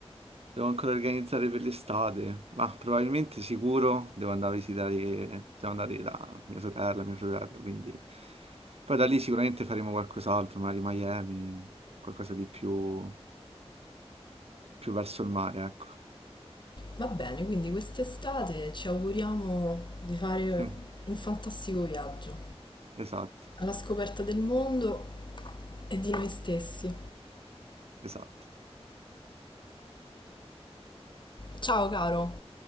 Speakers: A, on the right; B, on the left.
A: devo ancora organizzare per l'estate, ma probabilmente sicuro devo andare a visitare, devo andare da mia sorella, mio fratello, quindi poi da lì sicuramente faremo qualcos'altro, magari Miami, qualcosa di più, più verso il mare, ecco.
B: Va bene, quindi quest'estate ci auguriamo di fare
A: <laughs> Mm,
B: un fantastico viaggio
A: esatto,
B: alla scoperta del mondo e di noi stessi.
A: esatto.
B: Ciao caro,